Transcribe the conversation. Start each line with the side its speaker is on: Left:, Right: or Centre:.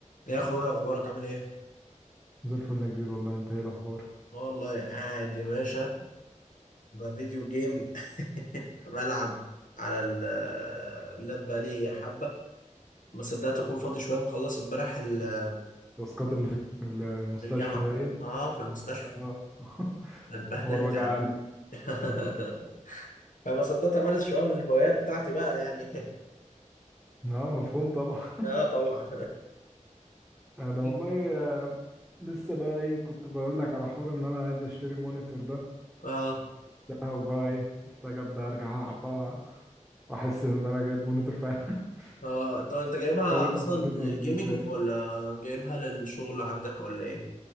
Left: يا اخويا ايه اخبارك عامل ايه
Centre: زي الفل يا كبير والله انت ايه الاخبار
Left: والله قاعد يا باشا بفيديو جيم <laughs> بلعب على ال- اللاب بقالي حبه ما صدقت اكون فاضي شويه مخلص امبارح ال-
Centre: الاسقاط اللي في المستشفى
Left: الجامعه
Centre: باين
Left: اه في المستشفى
Centre: انا- <laughs>
Left: اتبهدلت
Centre: حوار وجع
Left: يا عم
Centre: قلب
Left: <laughs> فما صدقت امارس شويه من الهوايات بتاعتي بقى يعني
Centre: <laughs> اه مفهوم طبعا <laughs>
Left: <laughs> اه طبعا
Centre: انا والله
Left: <laughs>
Centre: آه، لسه بقى ايه كنت بقول لك على حوار ان انا عايز اشتري مونيتور ده
Left: اه
Centre: ده وبقى ايه محتاج ابدا ارجع العب بقى <laughs> واحس ان انا جايب مونيتور فعلا <laughs>
Left: اه طب انت جايبها
Centre: هي دي وظيفتها
Left: اصلا للجيمنج
Centre: بالنسبه لي
Left: ولا جايبها للشغل عندك ولا ايه